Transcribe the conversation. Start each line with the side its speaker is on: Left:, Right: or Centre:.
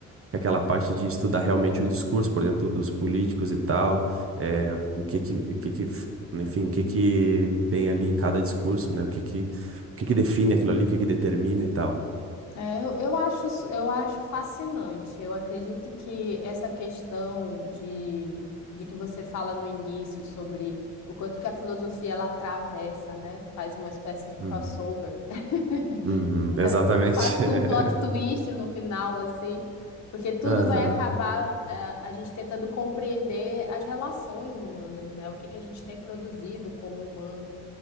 Right: que é aquela parte de estudar realmente o discurso, por exemplo, dos políticos e tal, eh, o que que o que que Enfim, o que que tem ali em cada discurso, né? O que que, o que que define aquilo ali, o que que determina e tal.
Left: É, eu, eu acho, eu acho fascinante. Eu acredito que essa questão de, de que você fala no início sobre o quanto que a filosofia ela atravessa, né? Faz uma espécie de crossover.
Right: Uhum.
Left: <laughs>
Right: Uhum, exatamente.
Left: É quase
Right: <laughs>
Left: que um plot twist no final, assim, porque tudo
Right: Aham.
Left: vai acabar, eh, a gente tentando compreender as relações humanas, né? O que que a gente tem produzido como humano